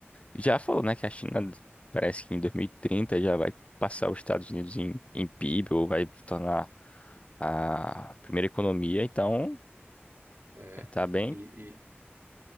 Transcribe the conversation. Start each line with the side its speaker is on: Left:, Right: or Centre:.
Left: Já falou, né, que a China parece que em 2030 já vai passar os Estados Unidos em, em PIB ou vai tornar a primeira economia, então
Right: é,
Left: tá bem.
Right: e, e,